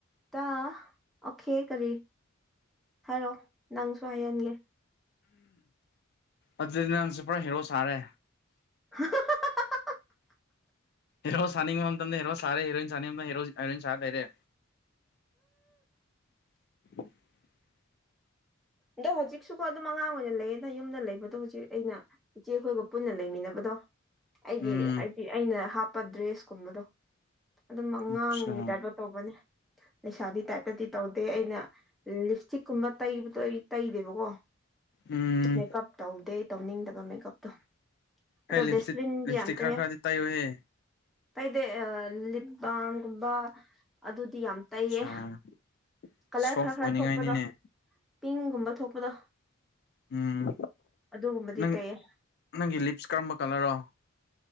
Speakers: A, in the centre; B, on the left.
A: ꯇ ꯑꯣꯀꯦ ꯀꯔꯤ ꯍꯥꯏꯔꯛꯑꯣ ꯅꯪꯁꯨ ꯍꯥꯏꯍꯟꯒꯦ
B: ꯑꯗꯨꯗꯤ ꯅꯪꯁꯨ ꯄꯨꯔꯥ ꯍꯦꯔꯣ ꯁꯥꯔꯦ
A: <unintelligible>
B: ꯍꯦꯔꯣ ꯁꯥꯅꯤꯡꯕ ꯃꯇꯝꯗ ꯍꯦꯔꯣ ꯁꯥꯔꯦ ꯍꯦꯔꯣꯏꯟ ꯁꯥꯅꯤꯡꯕ ꯍꯔꯣꯏ ꯁꯥꯔ ꯂꯩꯔꯦ <unintelligible>
A: ꯑꯗꯣ ꯍꯧꯖꯤꯛꯁꯨꯀꯣ ꯑꯗꯨꯝ ꯑꯉꯥꯡ ꯑꯣꯏꯅ ꯂꯩꯌꯦꯅ ꯌꯨꯝꯗ ꯂꯩꯕꯗꯣ ꯍꯧꯖꯤꯛ ꯑꯩꯅ ꯏꯆꯦ ꯑꯩꯈꯣꯏꯒ ꯄꯨꯟꯅ ꯂꯩꯃꯤꯟꯅꯕꯗꯣ ꯑꯩꯒꯤ
B: ꯎꯝ
A: ꯍꯥꯏꯗꯤ ꯑꯩꯅ ꯍꯥꯞꯄ ꯗ꯭ꯔꯦꯁꯀꯨꯝꯕꯗꯣ ꯑꯗꯨꯝ ꯑꯉꯥꯡꯒꯤ
B: ꯑꯆꯥ
A: ꯇꯥꯏꯞꯇ ꯇꯧꯕꯅꯦ ꯂꯩꯁꯥꯕꯤ ꯇꯥꯏꯞꯇꯗꯤ ꯇꯧꯗꯦ ꯑꯩꯅ ꯂꯤꯞ ꯏꯁꯇꯤꯛ ꯀꯨꯝꯕ ꯇꯩꯕꯗꯣ ꯑꯩ ꯇꯩꯗꯦꯕꯀꯣ
B: ꯎꯝ
A: ꯃꯦꯀꯞ ꯇꯧꯗꯦ ꯇꯧꯅꯤꯡꯗꯕ ꯃꯦꯞ ꯑꯣ
B: ꯍꯦ ꯂꯤꯞꯁꯇꯤꯛ
A: ꯦꯁꯂꯤꯤꯟꯗꯤ
B: ꯂꯤꯞꯁꯇꯤꯛ
A: ꯑꯇ
B: ꯈꯔ ꯈꯔꯗꯤ ꯇꯩꯌꯨꯍꯦ
A: ꯇꯩꯗꯦ ꯂꯤꯞ ꯕꯥꯝꯒꯨꯝꯕ ꯑꯗꯨꯗꯤ ꯌꯥꯝ ꯇꯩꯌꯦ
B: ꯑꯆꯥ
A: ꯀꯂꯔ
B: ꯁꯣꯐ
A: ꯈꯔ ꯈꯔ
B: ꯑꯣꯏꯅꯤꯡꯉꯥꯏꯅꯤꯅꯦ
A: ꯊꯣꯛꯄꯗꯣ ꯄꯤꯡꯒꯨꯝꯕ ꯊꯣꯛꯄꯗꯣ
B: ꯎꯝ
A: ꯑꯗꯨꯒꯨꯝꯕꯗꯤ
B: ꯅꯪ
A: ꯇꯩꯌꯦ
B: ꯅꯪꯒꯤ ꯂꯤꯞꯁ ꯀꯔꯝꯕ ꯀꯂꯔꯣ